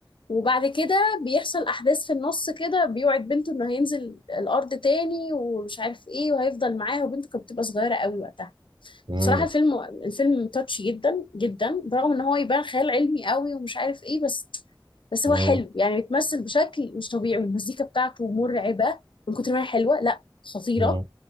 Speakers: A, on the left; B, on the right.
A: وبعد كده بيحصل احداث في النص كده بيوعد بنته انه هينزل الارض تاني ومش عارف ايه وهيفضل معاها وبنته كانت بتبقى صغيره قوي وقتها
B: مم.
A: بصراحه الفيلم الفيلم تاتش جدا جدا برغم ان هو يبان خيال علمي قوي ومش عارف ايه بس بس هو
B: مم.
A: حلو يعني بيتمثل بشكل مش طبيعي والمزيكا بتاعته مرعبه من كتر ما هي حلوه لا خطيره
B: مم.